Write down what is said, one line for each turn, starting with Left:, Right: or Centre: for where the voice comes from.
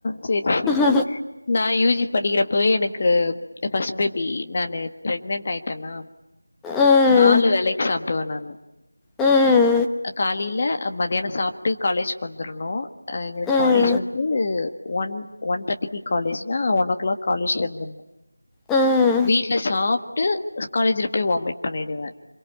Left: செரி
Centre: ம்கூகூம்
Left: நா யூ ஜி படிக்கிறப்பவே எனக்கு அ ஃபஸ்ட் பேபி நானு ப்ரெக்னென்ட் ஆய்ட்டேனா
Centre: ம்
Left: நாலு வேலைக் சாப்டுவ நானு
Centre: ம்
Left: காலில மத்தியான சாப்ட்டு காலேஜ்க்கு வந்துரணு அ எங்களுக்
Centre: ம்
Left: காலேஜ் வந்து ஒன் ஒன் தேர்டிக்கு காலேஜ்னா ஒன் ஓ கிளாக் காலேஜ்ல இருந்துன்னோ
Centre: ம்
Left: வீட்ல சாப்ட்டு காலேஜ்ல போய் வாமிட் பண்ணிடுவே